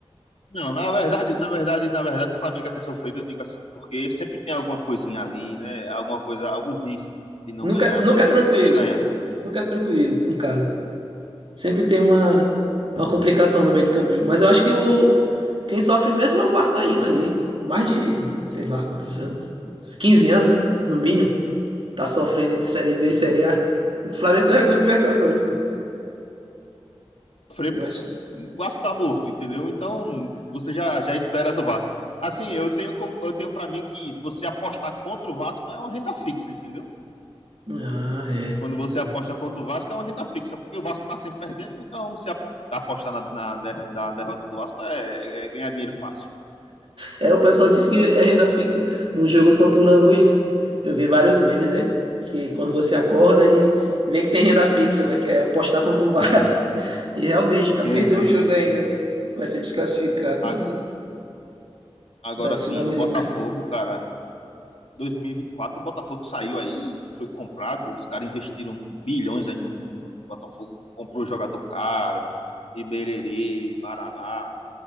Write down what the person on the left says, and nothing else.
Não, na verdade, na verdade, na verdade, o Flamengo é sofrido, eu digo assim, porque sempre tem alguma coisinha ali, né? Alguma coisa, algum risco
de não
ganhar,
mas
ele sempre ganha.
Sofrer,
pô.
O Vasco tá morto, entendeu? Então, você já, já espera do Vasco. Assim, eu tenho, com- eu tenho para mim que você apostar contra o Vasco é uma renda fixa, entendeu?
Quando você aposta contra o Vasco é uma renda fixa, porque o Vasco tá sempre perdendo, então se a- apostar na, na, der- na derrota do Vasco é, é ganhar dinheiro fácil.
Sim,
sim,
sim.
A-
Agora
sim, o Botafogo, cara, 2024 o Botafogo saiu aí, foi comprado, os caras investiram bilhões aí no, no Botafogo, comprou jogador caro, Ibererê, Barará.